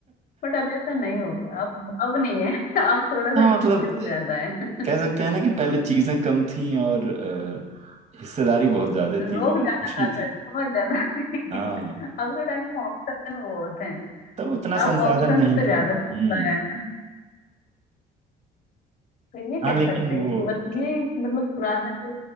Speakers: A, on the left; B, on the right.
A: बट अब ऐसा नहीं हो अब अब नहीं है <laughs> अब थोड़ा सा
B: हाँ
A: डिफिकल्ट
B: मतलब
A: ज्यादा है <laughs>
B: कह सकते हैं ना कि पहले चीजें कम थी और अ, हिस्सेदारी बहुत ज्यादा
A: लोग
B: थी लेकिन
A: ज्यादा
B: खुशी
A: था
B: थी
A: बहुत ज्यादा थे। <laughs>
B: हाँ
A: अब के टाइम में ऑप्शन वो होते हैं
B: तब उतना
A: अब
B: संसाधन
A: ऑप्शंस
B: नहीं
A: पे
B: था
A: ज्यादा
B: हम्म
A: चलता है तो ये
B: हाँ
A: कह
B: लेकिन
A: सकते हैं
B: वो
A: कि बस ये मतलब पुराना जो